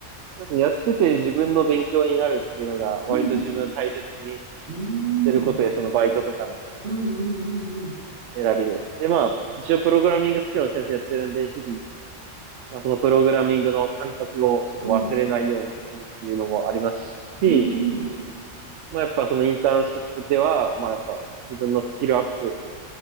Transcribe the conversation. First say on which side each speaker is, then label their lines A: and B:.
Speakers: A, on the right; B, on the right.
A: そうですやってて自分の勉強になるっていうのが割と自分大切にし
B: うんうん。
A: てることで、そのバイトとかの
B: うんうんうんうん
A: 選びで。で、まあ、一応プログラミングスクールの先生やってるんで、日々、まあ、そのプログラミングの感覚をちょっと忘れないようにするっていうのもありますし、
B: うん。うんうんうん
A: まあ、やっぱそのインターンシップでは、まあ、やっぱ自分のスキルアップ